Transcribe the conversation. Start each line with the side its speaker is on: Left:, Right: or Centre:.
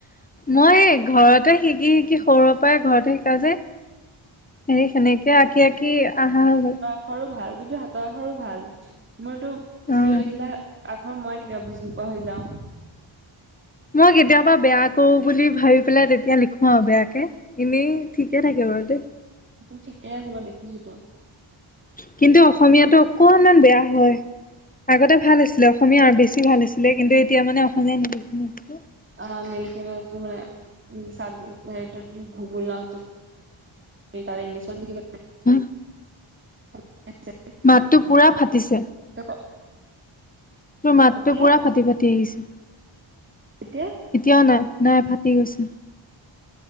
Left: মই ঘৰতে শিকি শিকি সৰুৰে পৰাই ঘৰতে শিকা যে সেই সেনেকে আঁকি আঁকি আহা হৈ গ'ল
Right: আশৰো ভাল তোজে হাতৰ আখৰো ভাল মোৰ টো স্পিতত
Left: অ',
Right: লেখিলে আখৰ মই কেতিয়াও বুজি নোপোৱা হৈ যাওঁ
Left: মই কেতিয়াবা বেয়া কৰো বুলি ভাবি পেলাই তেতিয়া লিখো আৰু বেয়াকে এনেই ঠিকে থাকে বাৰু দে
Right: তো ঠিকে আছে বাও দেখিছো তো।
Left: কিন্তু, অসমীয়াটো অকনমান বেয়া হয়। আগতে ভাল আছিলে অসমীয়া আৰু বেছি ভাল আছিলে, কিন্তু এতিয়া মানে অসমীয়া নিলিখোৱে যে
Right: অ <unintelligible> ভুগোল <unintelligible> খালি ইংলিছত লিখিব
Left: হা
Right: <unintelligible>
Left: মাতটো পুৰা ফাটিছে।
Right: <unintelligible>
Left: তোৰ মাতটো
Right: এতিয়া
Left: পুৰা ফাটি ফাটি আহিছে।
Right: এতিয়া?
Left: এতিয়াও নাই, নাই ফাটি গৈছে।